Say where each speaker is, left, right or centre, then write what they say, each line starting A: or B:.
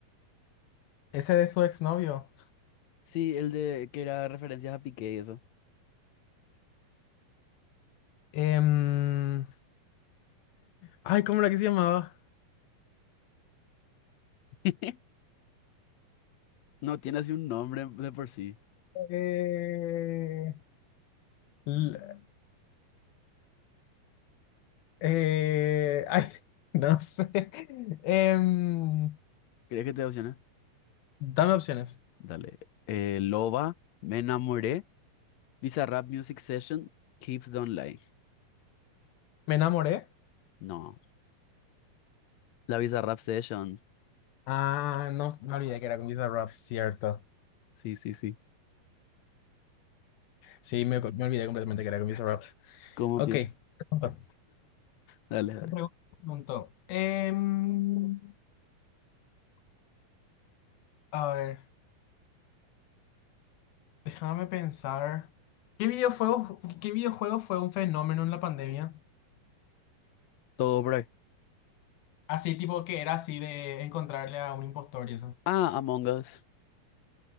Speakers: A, on the left; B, on the left.
A: Ese de su exnovio.
B: Sí, el de que era referencias a Piqué y eso.
A: Em, <gasps> Ay, ¿cómo era que se llamaba?
B: <laughs> No tiene así un nombre de por sí.
A: Eh, l- eh, Ay, <laughs> no sé. Em,
B: ¿Crees que te opciones?
A: Dame opciones.
B: Dale. Eh, Loba, Me enamoré, Bizarrap Music Session, Keeps Don't Lie.
A: Me enamoré.
B: No, la Bizarrap Session.
A: Ah, no, me olvidé que era con Visa Rap, cierto.
B: Sí, sí, sí.
A: Sí, me, me olvidé completamente que era con Visa Rap.
B: ¿Cómo,
A: Ok.
B: pío?
A: Pregunta.
B: Dale, dale.
A: Me pregun- Preguntó. em, a ver, déjame pensar. ¿Qué videojuegos, qué videojuego fue un fenómeno en la pandemia?
B: Todo por ahí.
A: Así tipo que era así de encontrarle a un impostor y eso.
B: Ah, Among Us.